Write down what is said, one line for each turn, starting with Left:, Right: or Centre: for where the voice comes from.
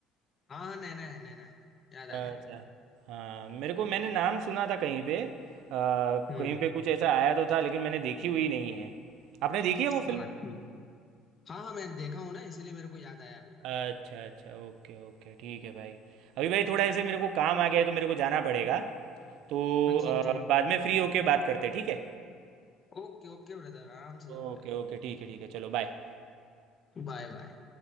Left: हाँ हाँ नैना है नैना है याद आ
Right: अच्छा
Left: गया मेरे
Right: हाँ मेरे को मैंने नाम सुना था कहीं पे अ, कहीं
Left: को हम्म
Right: पे कुछ ऐसा आया तो था लेकिन मैंने देखी हुई नहीं है आपने देखी है वो
Left: हाँ
Right: फिल्म
Left: ठीक हाँ हाँ मैं देखा हूँ ना इसीलिए मेरे को याद आया अभी
Right: अच्छा अच्छा ओके ओके ठीक है भाई अभी भाई थोड़ा ऐसे मेरे को काम आ गया है तो मेरे को जाना पड़ेगा तो
Left: हाँ
Right: अ,
Left: ठीक ठीक ठीक
Right: बाद
Left: कोई
Right: में
Left: दिक्कत
Right: फ्री होके
Left: नहीं
Right: बात करते हैं ठीक है
Left: ओके ओके ब्रदर आराम से जाओ
Right: ओके
Left: यार
Right: ओके ठीक है ठीक है चलो बाय
Left: Bye bye